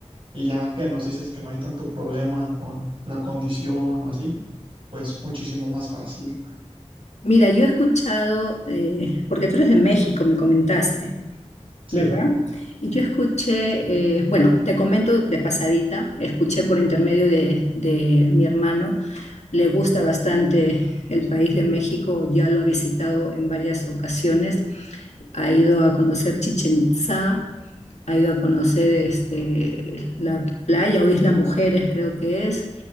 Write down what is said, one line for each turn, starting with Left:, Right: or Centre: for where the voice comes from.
Right: y ya que nos dices que no hay tanto problema con la condición o así, pues muchísimo más fácil.
Left: Mira, yo he escuchado, eh, porque tú eres de México, me comentaste,
Right: Sí.
Left: ¿verdad? Y yo escuché, eh, bueno, te comento de pasadita, escuché por intermedio de, de mi hermano, le gusta bastante el país de México, ya lo ha visitado en varias ocasiones, ha ido a conocer Chichen Itzá, ha ido a conocer este, la playa o Isla Mujeres, creo que es,